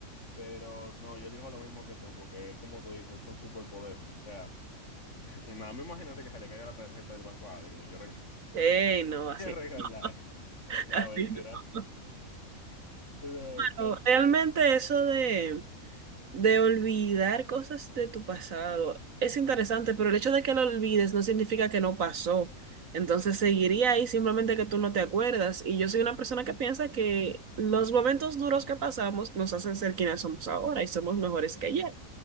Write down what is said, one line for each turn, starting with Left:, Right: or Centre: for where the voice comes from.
Left: Pero no, yo digo lo mismo que tú, porque es como tú dices, es un superpoder. O sea, <laughs> y nada más imagínate que se le caiga la tarjeta del banco a alguien y yo reg-
Right: ¡Ey, no,
Left: <laughs>
Right: así!
Left: regalar eso.
Right: <laughs>
Left: La mentira. No, pero-
Right: No,
Left: eh,
Right: Realmente eso de, de olvidar cosas de tu pasado es interesante, pero el hecho de que lo olvides no significa que no pasó. Entonces seguiría ahí simplemente que tú no te acuerdas. Y yo soy una persona que piensa que los momentos duros que pasamos nos hacen ser quienes somos ahora y somos mejores que ayer.